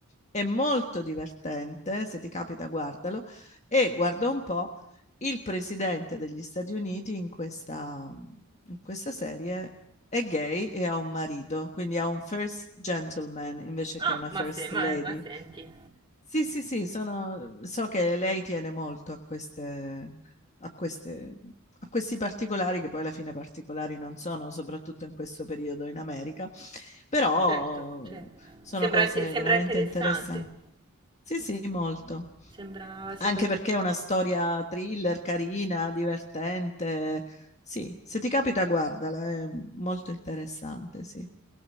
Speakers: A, on the left; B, on the right.
A: È molto divertente, se ti capita guardalo. E guarda un po', il presidente degli Stati Uniti in questa, in questa serie è gay e ha un marito, quindi ha un first gentleman invece
B: Ah,
A: che una
B: ma
A: first
B: se ma
A: lady.
B: ma senti.
A: Sì, sì, sì, sono- so che lei tiene molto a queste, a queste- a questi particolari, che poi alla fine particolari non sono, soprattutto in questo periodo in America, però
B: Certo, certo.
A: sono
B: Sembra
A: cose
B: inte sembra
A: veramente
B: interessante.
A: interessanti. Sì, sì, molto.
B: Sembra sembra
A: Anche
B: interessan
A: perché è una storia thriller, carina, divertente. Sì, se ti capita, guardala, è molto interessante, sì.